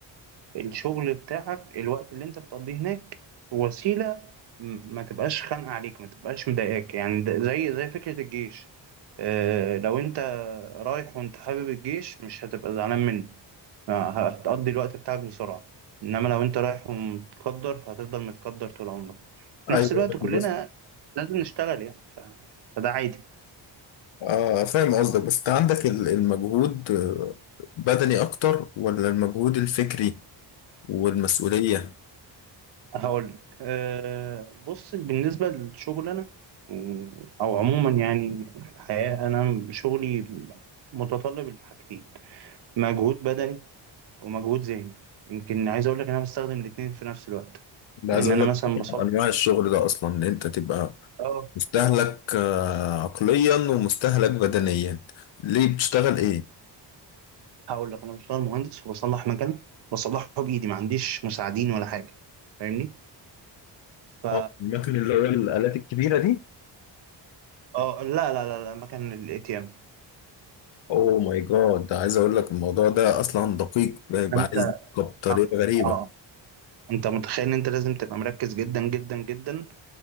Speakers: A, on the right; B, on the left.
A: الشغل بتاعك الوقت اللي انت بتقضيه هناك وسيلة م- ما تبقاش خانقة عليك ما تبقاش مضايقاك يعني ده- زي زي فكرة الجيش اه لو انت رايح وانت حابب الجيش مش هتبقى زعلان منه اه، هتقضي الوقت بتاعك بسرعة انما لو انت رايح ومتقدر فهتفضل متقدر طول عمرك في
B: أيوه
A: نفس الوقت
B: فاهم
A: كلنا
B: قصدك
A: لازم نشتغل يعني ف... فده عادي
B: آه فاهم قصدك بس أنت عندك ال- المجهود آه، بدني أكتر ولا المجهود الفكري والمسؤولية؟
A: هقول لك أه بص بالنسبة للشغل أنا م، أو عموما يعني في الحياة أنا شغلي متطلب لحاجتين مجهود بدني ومجهود ذهني يمكن عايز أقول لك إن أنا بستخدم الاتنين في نفس الوقت
B: أنا
A: لأن
B: عايز أقول
A: أنا
B: لك
A: مثلا بصلح
B: أنواع الشغل ده أصلا إن أنت تبقى
A: أه
B: مستهلك آه عقليا ومستهلك بدنيا ليه بتشتغل إيه؟
A: هقول لك أنا بشتغل مهندس وبصلح مكان بصلحه بإيدي ما عنديش مساعدين ولا حاجة فاهمني؟ ف
B: اه المكن اللي هو الآلات الكبيرة دي
A: أه لا لا لا لا مكان الإتيام
B: اوه ماي جاد ده عايز اقول لك الموضوع ده اصلا دقيق بيبقى
A: أنت
B: عايز دقة بطريقه
A: أه
B: غريبه
A: آه، انت متخيل ان انت لازم تبقى مركز جدا جدا جدا